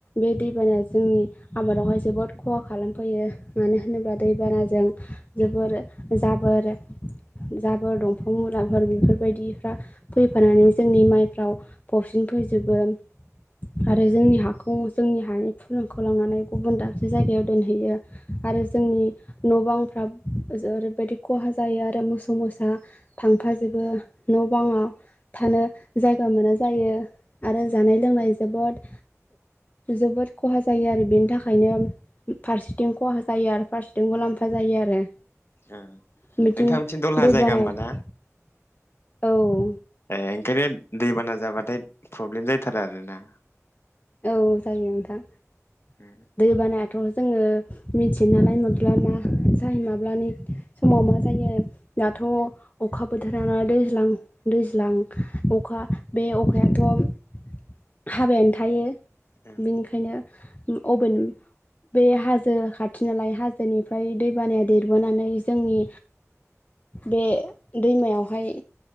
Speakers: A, on the left; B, on the left.
A: बे दैबानाया जोंनि आबादावहाय जोबोद खहा खालामफैयो मानो होनोब्ला दैबानाजों जोबोर जाबोर जाबोर दंफां मुराफोर बेफोरबायदिफ्रा फैफानानै जोंनि माइफ्राव फबसिन फैजोबो। आरो जोंनि हाखौ जोंनि हानि फुलुंखौ लांनानै गुबुन दाबसे जायगायाव दोनहैयो। आरो जोंनि
B: उम
A: न' बांफ्रा ओरैबायदि खहा जायो आरो मोसौ मोसा दा थांफाजोबो न' बाङाव थानो जायगा मोना जायो आरो जानाय लोंनाय जोबोद जोबोद खहा जायो आरो बेनि थाखायनो। फारसेथिं खहा जायो आरो फारसेथिंमुलाम्फा जायो आरो।
B: ओ नोंथां
A: बिथिं
B: मोनथिं दलहा
A: दैबानाया
B: जायगा होमबा ना?
A: औ
B: ए ओंखायनो दैबाना जाबाथाय प्रब्लेम जाथारा आरो ना।
A: औ जायो नोंथां।
B: उम
A: दै बानायाथ' जोङो। मिथि नालाय मोनला ना जाय माब्लानि समाव मा जायो दाथ' अखा बोथोराव दैज्लां दैज्लां अखा बे अखायाथ' हाबायानो थायो
B: उम
A: बिनिखायनो अभेन बे हाजो खाथि नालाय हाजोनिफ्राय दैबानाया देरबोनानै जोंनि बे दैमायावहाय